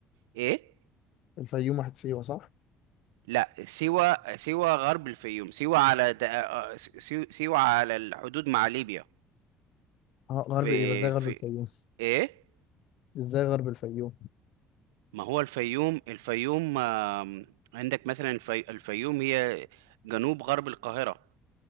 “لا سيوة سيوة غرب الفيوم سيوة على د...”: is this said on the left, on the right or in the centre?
Right